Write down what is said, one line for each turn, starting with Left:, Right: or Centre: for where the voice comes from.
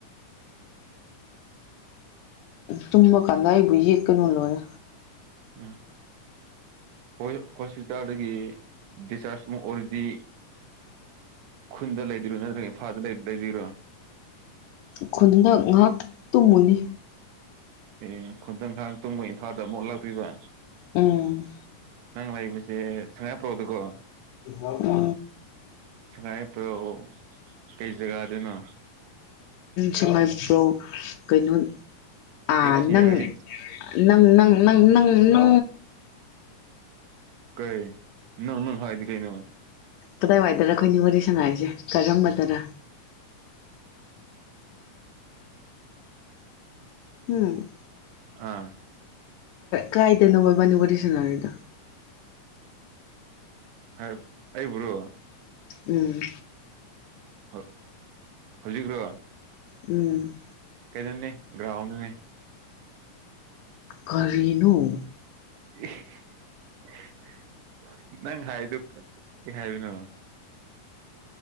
Left: ꯇꯨꯝꯕ ꯀꯥꯟꯗ ꯑꯩꯕꯨ ꯌꯦꯠꯀꯅꯨ ꯂꯣꯏꯔꯦ
Right: ꯎꯝ ꯍꯣꯏ ꯍꯣꯁꯄꯤꯇꯥꯜꯗꯒꯤ ꯗꯤꯆꯥꯔꯖ ꯃꯨꯛ ꯑꯣꯏꯔꯗꯤ ꯈꯨꯟꯗ ꯂꯩꯗꯨꯏꯔꯣ ꯅꯠꯇ꯭ꯔꯒ ꯏꯝꯐꯥꯜꯗ ꯂꯩꯗꯕꯤꯔꯣ
Left: ꯈꯨꯟꯗ ꯉꯍꯥꯛ ꯇꯨꯝꯃꯨꯅꯤ
Right: ꯑꯦ ꯈꯨꯟꯗ ꯉꯍꯥꯛ ꯇꯨꯝꯃꯒ ꯏꯝꯐꯥꯜꯗ ꯑꯃꯨꯛ ꯂꯥꯛꯇꯨꯏꯕ
Left: ꯎꯝ
Right: ꯅꯪ ꯂꯩꯕꯁꯦ ꯁꯉꯥꯏ ꯄ꯭ꯔꯧꯗꯀꯣ꯫
Left: ꯍ
Right: ꯁꯉꯥꯏ ꯄ꯭ꯔꯧ ꯀꯩ ꯖꯒꯥꯗꯅꯣ꯫
Left: ꯁꯉꯥꯏꯄ꯭ꯔꯧ ꯀꯩꯅꯣ ꯑꯥ
Right: ꯑꯦꯐ ꯁꯤ
Left: ꯅꯪ
Right: ꯑꯥꯏ
Left: ꯅꯪ ꯅꯪ ꯅꯪ ꯅꯪ
Right: ꯀꯩ ꯅꯪ ꯅꯪ ꯍꯥꯏꯗꯤ ꯀꯩꯩꯅꫭ꯫
Left: ꯀꯗꯥꯏꯋꯥꯏꯗꯔ ꯑꯈꯣꯏ ꯅꯤ ꯋꯥꯔꯤ ꯁꯅꯥꯏꯁꯦ ꯀꯔꯝꯕꯗꯔ꯫ ꯎꯝ
Right: <inaudible>
Left: ꯀꯥꯏꯗꯅꯣꯕ ꯏꯕꯥꯅꯤ ꯋꯥꯔꯤ ꯁꯅꯔꯤꯗꯣ꯫
Right: ꯍꯥꯏ ꯑꯩꯕꯨꯔꯣ꯫
Left: ꯎꯝ
Right: ꯍꫭ ꯍꯧꯖꯤꯛꯔꯣ꯫
Left: ꯎꯝ
Right: ꯀꯩꯗꯅꯦ ꯒ꯭ꯔꯥꯎꯟꯗꯅꯦ꯫
Left: ꯀꯔꯤꯅꫭ꯫
Right: <unintelligible> ꯅꯪ ꯍꯥꯏꯗꯨ ꯀꯩ ꯍꯥꯏꯕꯅꯣ꯫